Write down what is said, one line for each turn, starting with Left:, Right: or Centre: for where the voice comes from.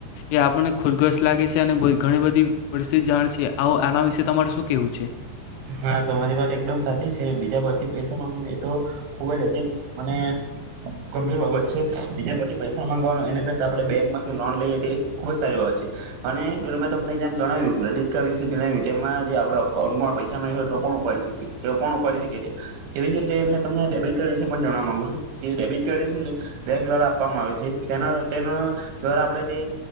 Left: એ આપને ખુદઘસ લાગે છે અને ઘ ઘણી બધી પરિસ્થિતિ જાણે છે આવ આના વિશે તમારે શું કેવું છે?
Right: હા તમારી વાત એકદમ સાચી છે બીજા પરથી પૈસા માંગવું એ તો ખુબ જ હજીબ મને અને ગંભીર બાબત છે બીજા પરથી પૈસા માંગવાનું એના કરતા આપણે બેંકમાંથી લોન લઈએ તે ખુબ જ સારી બાબત છે અને પેલુ મેં તમને એમ જણાવ્યું ક્રેડિટ કાર્ડ વિશે જે આપડા અકાઉન્ટમાં પૈસા ન હોય તો પણ ઉપાડી શકીએ તો પણ ઉપાડી શકી છીએ. તેવી જ રીતે તમને ડેબિટ કાર્ડ વિશે પણ જણવા માંગુ છું. જે ડેબિટ કાર્ડ એ શું બેંક દ્વારા આપવામાં આવે છે તેના તેના દ્વારા આપણે જે